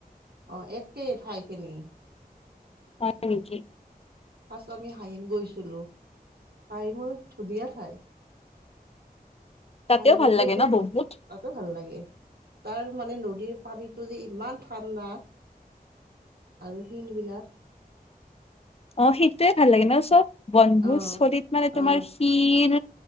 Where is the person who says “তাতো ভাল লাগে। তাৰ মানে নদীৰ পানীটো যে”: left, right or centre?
Right